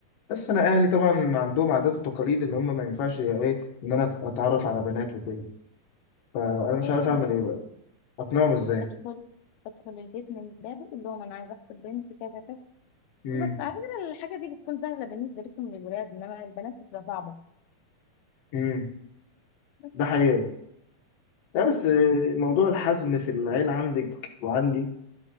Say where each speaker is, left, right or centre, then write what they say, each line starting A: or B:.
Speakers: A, on the left; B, on the left.
A: بس انا اهلي طبعا عندهم عادات وتقاليد ان هم ما ينفعش يا ايه ان انا اتعرف على بنات وكده فانا
B: الله
A: مش عارف اعمل ايه بقى اقنعهم ازاي
B: ادخل ادخل البيت من بابه قول لهم انا عايزه اخطب بنت كذا كذا
A: امم
B: بس على فكره الحاجه دي بتكون سهله بالنسبه لكم للولاد انما البنات بتبقى صعبه
A: امم
B: بس
A: ده حقيقة لا بس آه، موضوع الحزم في العيلة عندك وعندي